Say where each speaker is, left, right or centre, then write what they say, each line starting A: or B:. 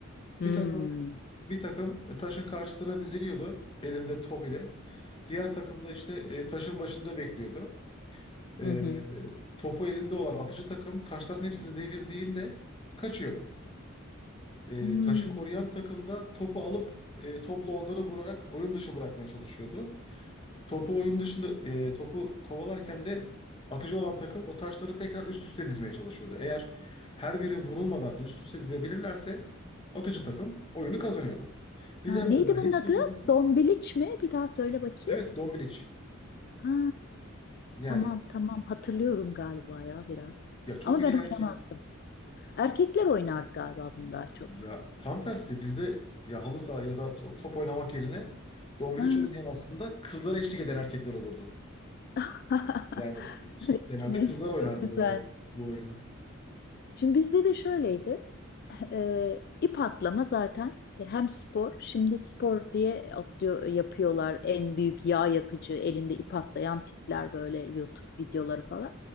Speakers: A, on the left; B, on the left.
A: Hmm.
B: Bir takım Bir takım e, taşın karşısına diziliyordu elinde top ile. Diğer takım da işte e, taşın başında bekliyordu. E,
A: Hı hı.
B: topu elinde olan atıcı takım taşların hepsini devirdiğinde kaçıyordu. E,
A: Hmm.
B: taşı koruyan takım da topu alıp e, topla onları vurarak oyun dışı bırakmaya çalışıyordu. Topu oyun dışında e, topu kovalarken de atıcı olan takım o taşları tekrar üst üste dizmeye çalışıyordu. Eğer her biri vurulmadan üst üste dizebilirlerse atıcı takım oyunu kazanıyordu. Dizemezler.
A: Ya, neydi bunun
B: Hepsi
A: adı?
B: vuruldu.
A: Dombiliç mi? Bir daha söyle bakayım.
B: Evet, Dombiliç.
A: Ha,
B: Yani
A: tamam tamam hatırlıyorum galiba ya biraz.
B: ya çok
A: Ama
B: eğlenceli.
A: ben oynamazdım. Erkekler oynardı galiba bunu daha çok.
B: Ya tam tersi bizde ya halı saha ya da to- top oynamak yerine Dombiliç
A: Ha.
B: oynayan aslında kızlara eşlik eden erkekler olurdu.
A: <laughs>
B: Yani genelde
A: Hani
B: kızlar oynardı
A: çok güzel.
B: böyle bu oyunu.
A: Şimdi bizde de şöyleydi. e, ip atlama zaten e, hem spor, şimdi spor diye atlıyor, yapıyorlar en büyük yağ yakıcı, elinde ip atlayan tipler böyle YouTube videoları falan.